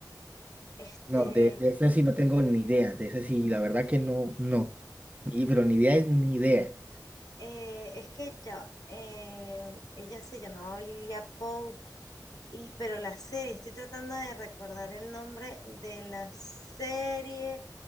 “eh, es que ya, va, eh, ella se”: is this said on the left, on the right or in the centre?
Left